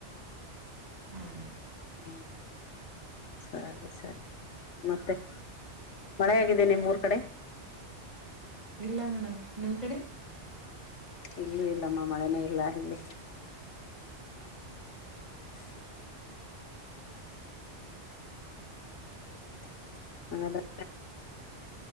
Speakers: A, on the right; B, on the left.
A: ಹಾ ಮೇಡಮ್
B: ಹ್ಮ್ಮ್ ಸರಿ ಸರಿ ಮತ್ತೆ ಮಳೆ ಹೆಗಿದೆ ನಿಮ್ಮುರ ಕಡೆ
A: ಇಲ್ಲ ಮೇಡಮ್ ನಿಮ್ ಕಡೆ
B: ಇಲ್ಲೂ ಇಲ್ಲಮ್ಮ ಮಳೆನೇ ಇಲ್ಲ ಇಲ್ಲಿ ಸ <unintelligible> ಸರಿ ಹಂಗಾದ್ರೆ